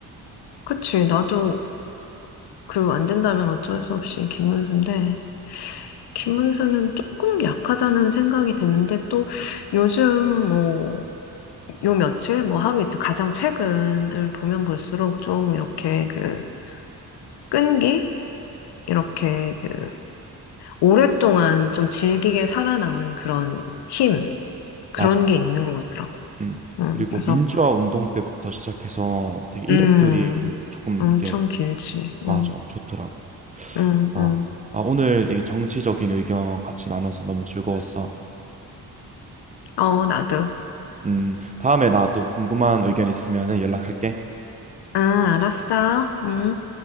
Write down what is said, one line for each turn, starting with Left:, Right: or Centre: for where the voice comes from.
Left: 그치. 나도 그 안 된다면 어쩔 수 없이 김문수인데, 김문수는 조금 약하다는 생각이 드는데, 또 요즘 뭐, 요 며칠, 뭐 하루 이틀 가장 최근을 보면 볼수록 좀 이렇게 그 끈기? 이렇게 그 오랫동안 좀 질기게 살아남은 그런 힘, 그런
Right: 맞아.
Left: 게 있는 것 같더라고.
Right: 음.
Left: 응,
Right: 그리고
Left: 그래서
Right: 민주화 운동 때부터 시작해서 되게
Left: 음,
Right: 이력들이 조금
Left: 엄청
Right: 이렇게
Left: 길지.
Right: 맞아
Left: 응,
Right: 좋더라고.
Left: 응,
Right: 아,
Left: 응.
Right: 아 오늘 이 정치적인 의견 같이 나눠서 너무 즐거웠어.
Left: 응. 어, 나도.
Right: 음, 다음에 나 또 궁금한 의견 있으면 연락할게.
Left: 아, 알았어. 응.